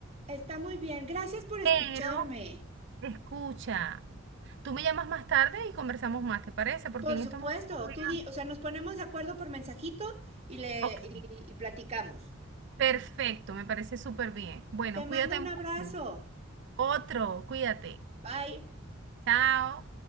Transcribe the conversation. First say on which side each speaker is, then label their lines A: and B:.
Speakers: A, on the right (about 30°); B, on the right (about 60°).
A: Está muy bien. Gracias por escucharme.
B: pero escucha, tú me llamas más tarde y conversamos más, ¿te parece? Porque
A: Por
B: en
A: supuesto,
B: estos momentos voy
A: tú
B: a...
A: di- o sea, nos ponemos de acuerdo por mensajito y le
B: Ok,
A: y y platicamos.
B: perfecto, me parece súper bien. Bueno,
A: Te mando
B: cuídate
A: un
B: mucho.
A: abrazo.
B: Otro, cuídate.
A: Bye.
B: Chao.